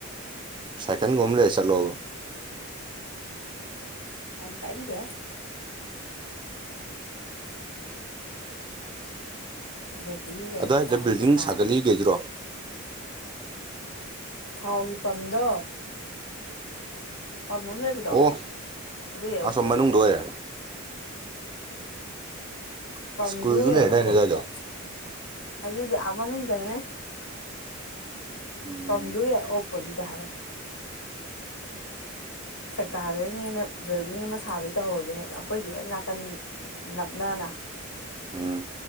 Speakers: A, on the right; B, on the left.
A: ꯁꯥꯏꯀꯦꯟꯒꯨꯝ ꯂꯩ ꯆꯠꯂꯣ
B: ꯇ ꯍꯦ ꯕꯦꯇ꯭ꯔꯤ ꯒꯥꯔꯤ
A: ꯑꯋꯥꯏꯗ
B: ꯃꯆꯥ ꯑꯝꯇ
A: ꯕꯤꯜꯗꯤꯡ
B: ꯄꯥꯝꯃꯦ
A: ꯁꯥꯒꯠꯂꯤ ꯀꯩꯗ꯭ꯔꯣ
B: ꯊꯥꯎꯒꯤ ꯄꯝꯗꯣ ꯄꯥꯝꯝꯕꯝ ꯂꯩꯕꯗꯣ
A: ꯑꯣ
B: ꯑꯗꯨ ꯑꯣꯄꯣꯖꯤꯠꯇ
A: ꯑꯁꯣꯝ ꯃꯅꯨꯡꯗ ꯑꯣꯏꯔꯦ
B: ꯄꯝꯗꯣꯛꯑꯦ
A: ꯁ꯭ꯀꯨꯜꯁꯨ ꯂꯩꯔꯗꯥꯏꯅꯦ
B: ꯎꯄꯣꯗꯨꯗ
A: ꯑꯗꯨꯋꯥꯏꯗꯣ
B: ꯑꯗꯨꯗꯤ ꯃꯅꯨꯡꯗꯅꯦ
A: ꯎꯝ
B: ꯄꯖꯦ ꯑꯣꯄꯣꯖꯤꯗ ꯍꯥꯏꯔ ꯁꯛꯇꯥꯗꯣꯏꯅꯦꯅ ꯕꯤꯜꯗꯤꯡ ꯑꯃ ꯁꯥꯕꯣꯏ ꯇꯧꯍꯧꯕ ꯍꯦꯛ ꯑꯩꯈꯣꯏꯒꯤ ꯍꯦꯛ ꯅꯥꯀꯟ ꯅꯞꯅꯅ ꯋꯥ
A: ꯑꯥ